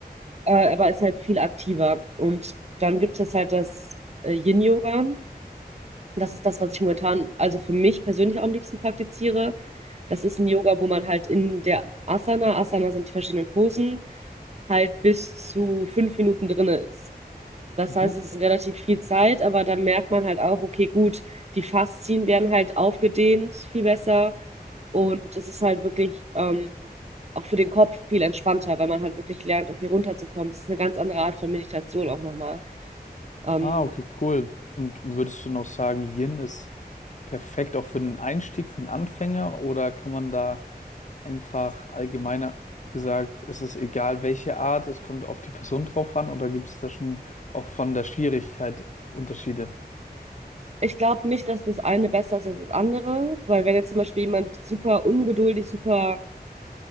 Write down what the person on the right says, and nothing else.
äh, aber ist halt viel aktiver. Und dann gibt es halt das äh, Yin-Yoga. Das ist das, was ich momentan, also für mich persönlich auch am liebsten praktiziere. Das ist ein Yoga, wo man halt in der Asana, Asana sind die verschiedenen Posen, halt bis zu fünf Minuten drin ist. Das
heißt, es ist relativ viel Zeit, aber dann merkt man halt auch, okay, gut, die Faszien werden halt aufgedehnt, viel besser. Und es ist halt wirklich ähm, auch für den Kopf viel entspannter, weil man halt wirklich lernt, okay, runterzukommen. Es ist eine ganz andere Art von Meditation auch nochmal. Ähm,
ich glaube nicht, dass das eine besser ist als das andere, weil wenn jetzt zum Beispiel jemand super ungeduldig, super